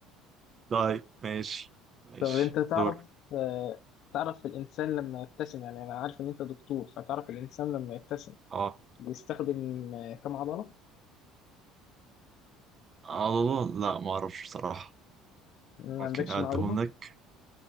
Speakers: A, on the right; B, on the left.
A: طيب ماشي ماشي
B: طب انت تعرف
A: دور
B: آه، تعرف الانسان لما يبتسم يعني انا عارف ان انت دكتور فتعرف الانسان لما يبتسم
A: اه
B: بيستخدم آه، كم عضلة
A: عضلة لا ما اعرفش بصراحة
B: ما
A: ممكن
B: عندكش
A: اعدهم
B: معلومة
A: لك